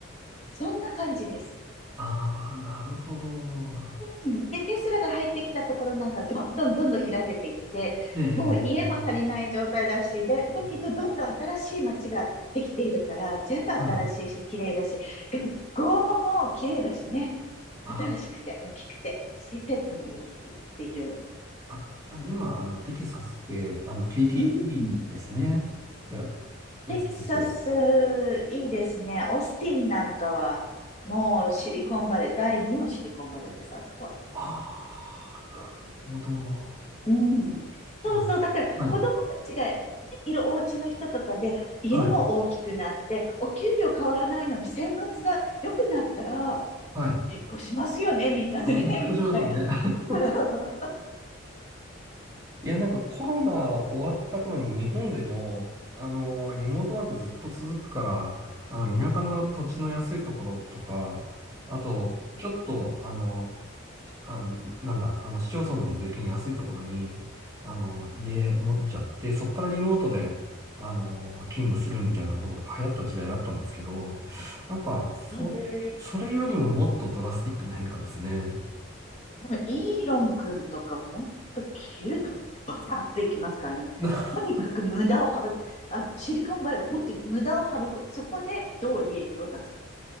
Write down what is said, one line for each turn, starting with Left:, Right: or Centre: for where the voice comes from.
Left: そんな感じです。
Right: ああ、なるほど。
Left: うん。で、テスラが入ってきたところなんか、どんどんどんどん開けていって、
Right: ええ、え
Left: もう家も足りない状態だし、
Right: ええ
Left: で、
Right: え
Left: だけど、どんどん新しい街ができているから、全部新しいし、
Right: はい。
Left: 綺麗だし、学校ももう綺麗だしね。
Right: あ
Left: 新しくて、大きくて、施設もいいし、っていう。
Right: あ、じゃあ今、あの、テキサスって、あの、景気いいんですね。
Left: うん。
Right: じゃあ、移ってきて。
Left: テキサス、いいですね。オースティンなんかは、もうシリコンバレー、第二のシリコンバレーです、あそこ
Right: ああ、
Left: は。
Right: なるほど。
Left: うん。そうそう。
Right: すごい
Left: だから子供たちがい
Right: はい。
Left: るお家の人とかで家も大きくなって、
Right: はい。
Left: お給料変わらないのに生活が良くなったら、
Right: はい。
Left: 結婚しますよね、みんなでね、
Right: ほっとしますね。
Left: <laughs> みたいな。
Right: <laughs>
Left: <laughs>
Right: いや、なんかコロナ終わった頃に日本でも、あの、リモートワークずっと続くから、あの、田舎の土地の安いところとか、あと、ちょっと、あの、しあの、なんだ、あの、市町村の税金安いところに、あの、家持っちゃって、そこからリモートで、あの、勤務するみたいなことが流行った時代あったんですけど、やっぱ、それ、
Left: うん。
Right: それよりももっとドラスティックな変化ですね。
Left: もうイーロン君とか、ほんと切るとかバサッといきますからね。
Right: <laughs>
Left: とにかく無駄を省く。あの、シリコンバレー、本当に無駄を省く。そこでどう利益を出すか。